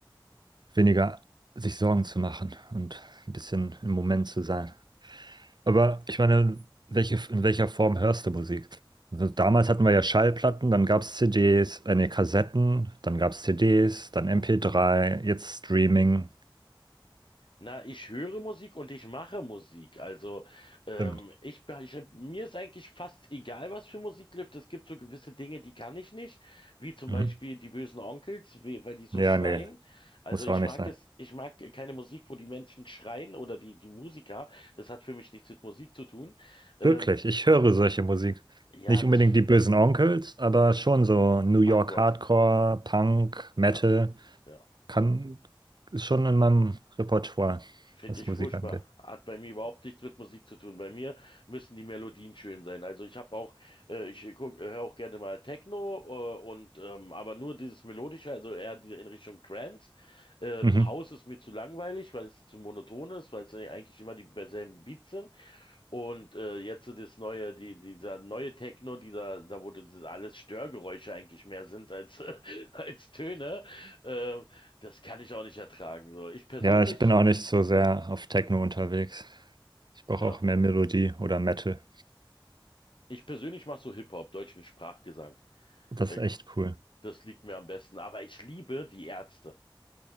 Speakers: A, on the right (about 55°); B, on the left (about 70°).
A: weniger sich Sorgen zu machen und ein bisschen im Moment zu sein. Aber ich meine, welche, in welcher Form hörst du Musik? Also Damals hatten wir ja Schallplatten, dann gab es CDs, äh, nee, Kassetten, dann gab es CDs, dann mp drei, jetzt Streaming.
B: Na, ich höre Musik und ich mache Musik. Also, ähm,
A: Stimmt.
B: ich, be- ich, mir ist eigentlich fast egal, was für Musik läuft. Es gibt so gewisse Dinge, die kann ich nicht, wie zum
A: Mhm.
B: Beispiel die bösen Onkels, we- weil die so
A: Ja,
B: schreien.
A: nee,
B: Also
A: muss
B: ich
A: auch nicht
B: mag
A: sein.
B: es, ich mag keine Musik, wo die Menschen schreien oder die, die Musiker. Das hat für mich nichts mit Musik zu tun. Ähm,
A: Wirklich, ich höre solche Musik.
B: ja,
A: Nicht
B: das
A: unbedingt die bösen Onkels, aber schon so New York
B: Punkrock.
A: Hardcore, Punk, Metal.
B: Ja, ja.
A: Kann, ist schon in meinem Repertoire,
B: Finde
A: was
B: ich
A: Musik
B: furchtbar.
A: angeht.
B: Hat bei mir überhaupt nichts mit Musik zu tun. Bei mir müssen die Melodien schön sein. Also ich habe auch, äh, ich guck, höre auch gerne mal Techno, äh, und ähm, aber nur dieses Melodische, also eher die, in Richtung Trance. Ähm,
A: Mhm.
B: House ist mir zu langweilig, weil es zu monoton ist, weil es ja eigentlich immer die selben Beats sind. Und äh, jetzt so das neue, die, dieser neue Techno, dieser, da wurde das alles Störgeräusche eigentlich mehr sind als <laughs> als Töne. Äh, das kann ich auch nicht ertragen. So, ich persönlich.
A: Ja, ich bin auch nicht so sehr auf Techno unterwegs. Ich brauche
B: Ja.
A: auch mehr Melodie oder Metal.
B: Ich persönlich mache so Hip-Hop, deutschen Sprachgesang.
A: Das
B: Ich,
A: ist echt cool.
B: das liegt mir am besten. Aber ich liebe die Ärzte.